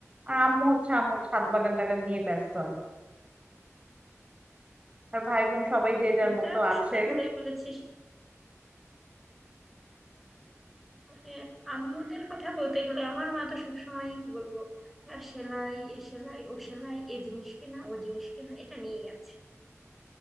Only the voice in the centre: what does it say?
মানে
এটা
অবশ্য
তুই ভালোই বলেছিস মানে আম্মুদের কথা বলতে গেলে আমার মা তো সবসময় কি বলবো তার সেলাই এ সেলাই ও সেলাই এ জিনিস কেনা ও জিনিস কেনা এটা নিয়েই আছে